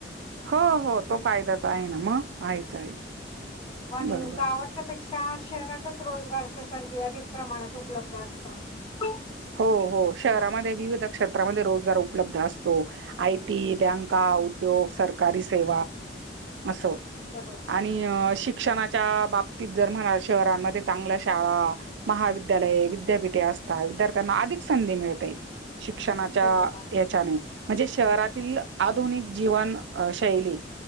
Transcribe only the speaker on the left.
आणि
गावातल्यापेक्षा त्या शहरातच रोजगारच्या संधी अधिक प्रमाणात उपलब्ध असतात
बरोबर,
बरोबर,